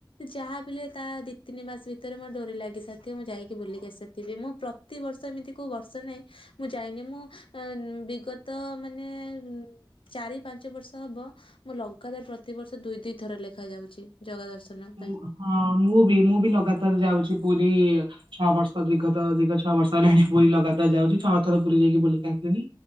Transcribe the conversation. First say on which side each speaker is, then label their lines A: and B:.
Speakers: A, on the left; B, on the right.
A: ଯାହା ବି ହେଲେ ତା ଦି ତିନି ମାସ ଭିତରେ ମୋ ଡୋରି ଲାଗି ସାରିଥିବ ମୁଁ ଯାଇକି ବୁଲିକି ଆସିବି। ମୁଁ ପ୍ରତିିବର୍ଷ ଏମିତି କୋଉ ବର୍ଷ ନାହିଁ ମୁଁ ଯାଇନି ମୁଁ ଅ ବିଗତ ମାନେ ଚାରି ପାଞ୍ଚ ବର୍ଷ ହବ ମୁଁ ଲଗାତାର ପ୍ରତିିବର୍ଷ ଦୁଇ ଦୁଇ ଥର ଲେଖା ଯାଉଚି ଜଗାଦର୍ଶ ନ
B: ମୁଁ
A: ପାଇଁ।
B: ହଁ ମୁଁ ବି ମୁଁ ବି ଲଗାତାର ଯାଉଚି ପୁରୀ। ଛଅ ବର୍ଷ ବିଗତ, ଦୀର୍ଘ ଛଅ ବର୍ଷ ହେଲାଣି ପୁରୀ ଲଗାତାର ଯାଉଚି। ଛଅ ଥର ପୁରୀ ଯାଇ କି ବୁଲିକି ଆସିଲିଣି।